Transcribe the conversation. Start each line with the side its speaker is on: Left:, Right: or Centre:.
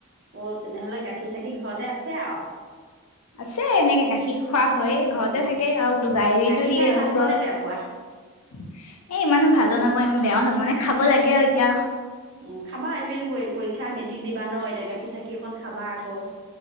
Right: অ তেনেহলে গাখীৰ চাখীৰ ঘৰতে আছে আৰু।
Left: আছে এনেকে গাখীৰ খোৱা হয় ঘৰতে
Right: অঁ
Left: থাকে আৰু গাইৰিতটো
Right: গাখীৰ
Left: দিয়ে
Right: খাই ভাল
Left: ওচৰত
Right: পোৱা নে বেয়া পোৱা
Left: এ ইমানো ভাল নাপা ইমান। বেয়াও নব মানে খাব লাগে আৰু এতিয়া।
Right: উ খাবা এইট পৰীক্ষা মেট্ৰিক দিবা ন এতিয়া গাখীৰ চখি অকণ খাবা আকৌ।